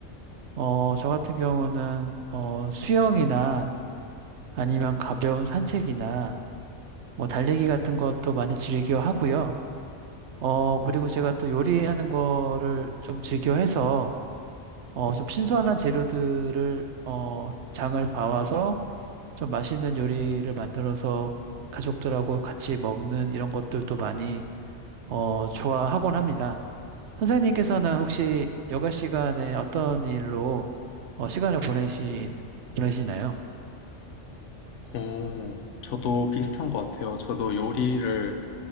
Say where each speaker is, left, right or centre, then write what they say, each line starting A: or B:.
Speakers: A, on the right (about 70°); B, on the left (about 75°).
A: 어, 저 같은 경우는, 어, 수영이나 아니면 가벼운 산책이나 뭐 달리기 같은 것도 많이 즐겨 하고요. 어, 그리고 제가 또 요리하는 거를 좀 즐겨 해서, 어, 좀 신선한 재료들을, 어, 장을 봐와서 좀 맛있는 요리를 만들어서 가족들하고 같이 먹는 이런 것들도 많이 어, 좋아하곤 합니다. 선생님께서는 혹시 여가 시간에 어떤 일로 어, 시간을 보내시, 보내시나요?
B: 오, 저도 비슷한 것 같아요. 저도 요리를